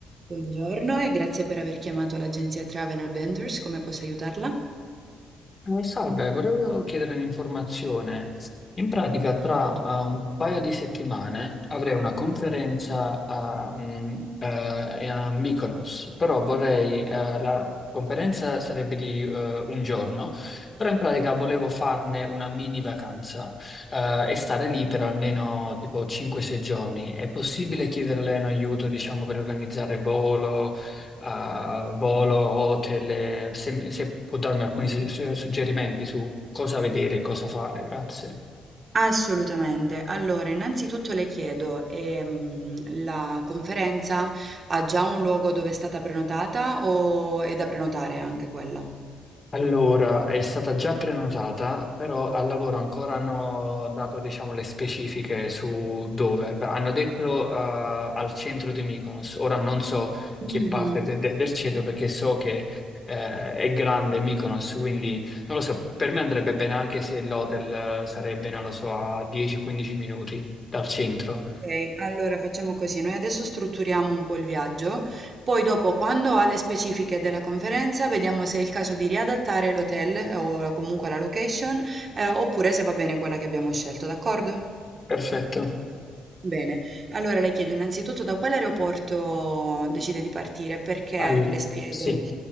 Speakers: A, on the right; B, on the left.
A: Buongiorno e grazie per aver chiamato l'agenzia Travel Adventures, come posso aiutarla?
B: Eh, Salve, volevo chiedere un'informazione. In pratica, tra eh, un paio di settimane avrei una conferenza a, mm, eh, a Mykonos, però vorrei, eh, la conferenza sarebbe di eh, un giorno, però in pratica volevo farne una mini vacanza eh, e stare lì per almeno tipo 5-6 giorni. È possibile chiederle un aiuto, diciamo, per organizzare volo? a volo, hotel, se, se può darmi alcuni su- su- suggerimenti su cosa vedere e cosa fare, grazie.
A: Assolutamente. Allora, innanzitutto le chiedo, ehm, la conferenza ha già un luogo dove è stata prenotata o è da prenotare anche quella?
B: Allora, è stata già prenotata, però al lavoro ancora hanno dato, diciamo, le specifiche su dove. Hanno detto, eh, al centro di Mykonos. Ora non so
A: Mhm.
B: che parte de- de- del centro perché so che, eh, è grande Mykonos, quindi non lo so. Per me andrebbe bene anche se l'hotel, eh, sarebbe, non lo so, a 10-15 minuti dal centro.
A: Ok, allora facciamo così, noi adesso strutturiamo un po' il viaggio, poi dopo quando ha le specifiche della conferenza vediamo se è il caso di riadattare l'hotel o comunque la location, eh, oppure se va bene quella che abbiamo scelto, d'accordo?
B: Perfetto.
A: Bene, allora le chiedo innanzitutto da quale aeroporto decide di partire, perché
B: Al-
A: le spiego.
B: Sì,